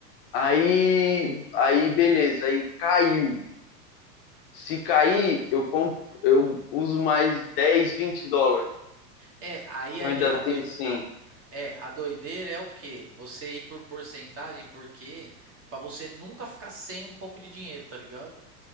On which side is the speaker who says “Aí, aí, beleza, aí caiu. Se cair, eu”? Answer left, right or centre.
Left